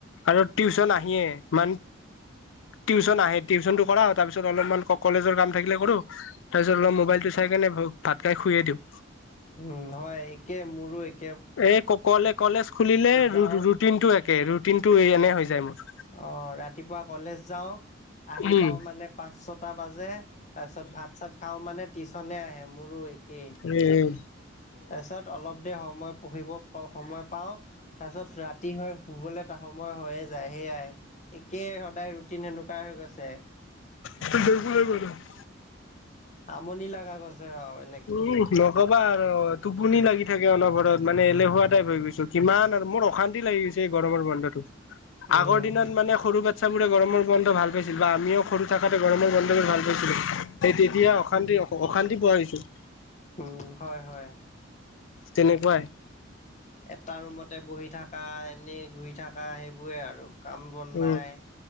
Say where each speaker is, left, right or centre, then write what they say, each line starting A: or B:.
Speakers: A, on the left; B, on the left.
A: আৰু টিউচন আহিয়ে মান টিউচন আহে, টিউচনটো কৰাও তাৰপিছত অলপমান কলেজৰ কাম থাকিলে কৰো তাৰপিছত অলপ মোবাইলটো চাই কেনে ভাত খায় শুয়ে দিওঁ।
B: উম হয় একেই মোৰো এক
A: এই কলে কলেজ খুলিলে ৰোঁ
B: যাওঁ
A: ৰুটিনটো একে ৰুটিনটো এই এনে হৈ যায় মোৰ।
B: অ ৰাতিপুৱা কলেজ যাওঁ, আহি
A: উম
B: পাওঁ মানে পাঁচ ছটা বাজে। তাৰপিছত ভাত চাত খাওঁ মানে টিশ্যনে আহে মোৰো একেই।
A: উম।
B: তাৰপিছত অলপ দেৰি সময় পঢ়িব সময় পাওঁ, তাৰপিছত ৰাতি হয় শুবলে <inaudible> সময় হৈয়ে যায় সেয়াই, একেই সদায় ৰুটিন এনেকুৱাই হৈ গৈছে।
A: <unintelligible>
B: আমনি লগা গৈছে আও এত
A: উম নকবা আৰু! টোপনি লাগি থাকে অনবৰত মানে এলেহুৱা টাইপ হৈ গৈছো, কিমান আৰু মোৰ অশান্তি লাগি গৈছে এই গৰমৰ বন্ধটো।
B: উম
A: আগৰ দিনত মানে সৰু বাচ্ছাবোৰে গৰমৰ বন্ধ ভাল পাইছিল বা আমিও সৰু থাকোতে গৰমৰ বন্ধটো ভাল পাইছিলোঁ, সেই তেতিয়া অশান্তি অশান্তি পোৱা হৈছোঁ।
B: উম হয় হয়।
A: তেনেকুৱাই।
B: এটা ৰুমতে বহি থাকা, এনেই ঘূৰি থাকা সেইবোৰে আৰু। কাম বন
A: উম
B: নাই